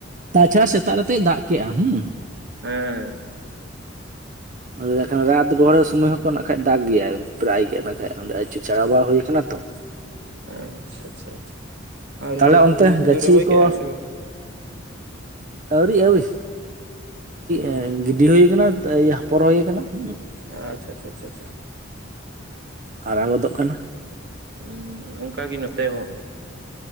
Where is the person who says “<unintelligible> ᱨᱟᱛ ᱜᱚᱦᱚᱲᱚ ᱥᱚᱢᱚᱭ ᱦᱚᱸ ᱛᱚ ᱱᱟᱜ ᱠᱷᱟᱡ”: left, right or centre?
Right